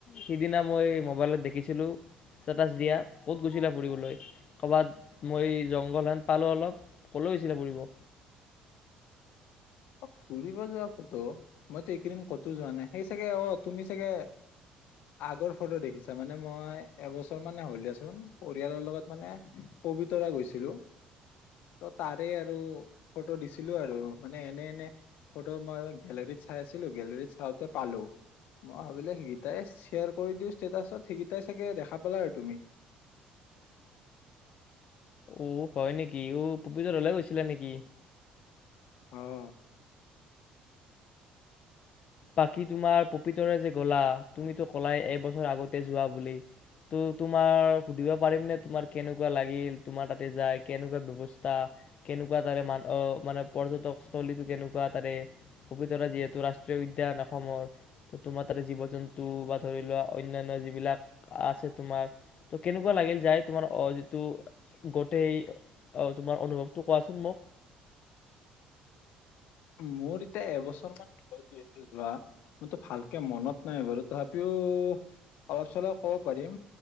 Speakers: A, on the left; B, on the left.
A: সিদিনা মই মোবাইলত দেখিছিলোঁ ষ্টেটাছ দিয়া। ক'ত গৈছিলে ফুৰিবলৈ? ক'ৰবাত মই জংঘলহেন পালোঁ অলপ ক'লৈ গৈছিলে ফুৰিব?
B: ফুৰিব যোৱা ফটো মইতো এইকেইদিন ক'তো যোৱা নাই সেই চাগে অ', তুমি চাগে আগৰ ফটো দেখিছা মানে মই এবছৰ মানে হ'লেই চোন পৰিয়ালৰ লগত মানে পবিতৰা গৈছিলো। ত তাৰে আৰু ফটো দিছিলো আৰু মা মানে এনে, এনে ফটো মই গেলেৰীত চাই আছিলো গেলেৰীত চাওঁতে পালো। মই ভাবিলো সেইকেইটাই শ্বেয়াৰ কৰি দিওঁ ষ্টেটাচত সেইকেইটাই চাগে দেখা পালা আৰু তুমি।
A: অ', হয় নেকি? অ', পবিতৰালে গৈছিলা নেকি?
B: অহ।
A: বাকী তোমাৰ পবিতৰা যে, গ'লা তুমিতো কলাই এবছৰ আগতে যোৱা বুলি, ত তোমাৰ সুধিব পাৰিম নে? তোমাৰ কেনেকুৱা লাগিল? তোমাৰ তাতে যায় কেনেকুৱা ব্যৱস্থা? কেনেকুৱা তাৰে মান? অ', মানে পৰ্যটকস্থলীটো কেনেকুৱা তাৰে? পবিতৰা যিহেতু ৰা ষ্ট্ৰীয় উদ্যান অসমৰ। ত তোমাৰ তাৰে জীৱ জন্তু বা ধৰি লোৱা অন্যান্য যিবিলাক আছে তোমাৰ ত কেনেকুৱা লাগিল যায়? তোমাৰ আহ যিটো গোটেই স আহ তোমাৰ অনুভৱটো কোৱাচোন মোক?
B: মোৰ এতিয়া এবছৰ মান হ'ল, যিহেতু যোৱা মইটো ভালকে মনত নাই বাৰু তথাপিও অলপ চলপ ক'ব পাৰিম